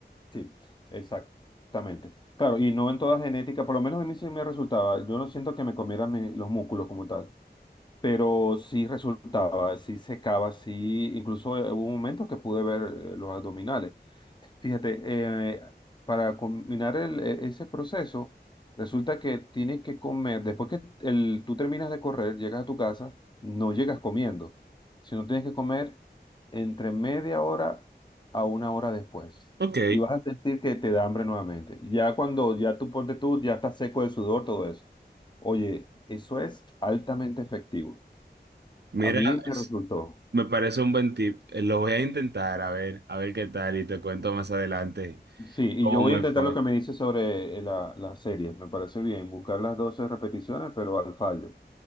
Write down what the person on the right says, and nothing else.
Ok,
mira,
es-
me parece un buen tip. Eh, Lo voy a intentar, a ver, a ver qué tal y te cuento más adelante
cómo
me
fue.